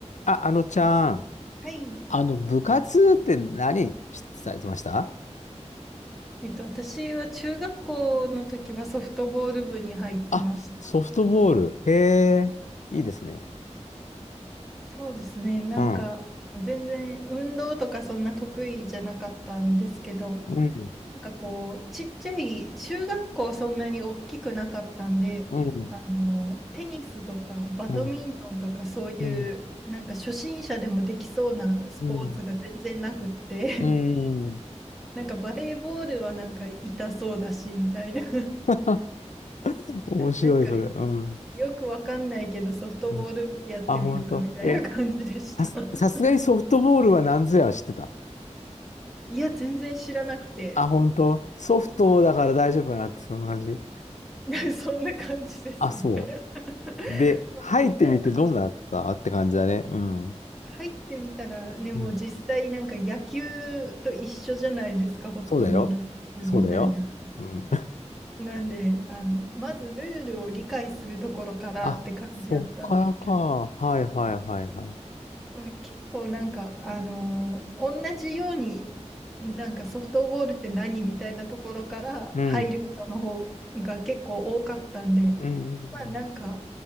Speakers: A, on the left; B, in the centre.
A: あ、あのちゃん、
B: はい。
A: あの、部活って何しされてました
B: えっと、私は中学校の時はソフトボール部に入ってました。
A: あ、ソフトボール。へえ、いいですね。
B: そうですね。なんか、
A: うん。
B: 全然運動とかそんな得意じゃなかったんですけど、
A: うん。
B: なんかこう、ちっちゃい、中学校そんなに大きくなかったんで、
A: うん。
B: あの、テニスとかバドミントンとかそういう、
A: うん。うん。
B: なんか初心者でもできそうなスポーツが全然なくって、
A: うん。うん。
B: <laughs> なんかバレーボールはなんか痛そうだし、みたいな。<laughs>
A: <laughs> 面白い、
B: なんか
A: それ。うん。
B: よくわかんないけど、ソフトボールやってみるかみたいな感じでした。
A: うんあ、本当。え、さす、
B: <laughs>
A: さすがにソフトボールは何ぞやは知ってた。
B: いや、全然知らなくて、
A: あ、本当。ソフトだから大丈夫かなって、その話。
B: <laughs> そんな感じですね。
A: あ、そ
B: <laughs>
A: う。で、入ってみてどうだったって感じだね。
B: なんか
A: うん。
B: 入ってみたら、ね、
A: うん。
B: もう実際なんか野球と一緒じゃないですか、ほとんどルールみたいな。
A: そうだよ。そうだよ。うん
B: なんで、あの、まずルールを理解するところからって感じやったんですけど、
A: あ、そっからか。はいはいはいはい。
B: まあ、結構なんか、あのー同じように、なんかソフトボールって何みたいなところから入る人の方が結構多かったんで、
A: うん。うん。
B: まあなんか、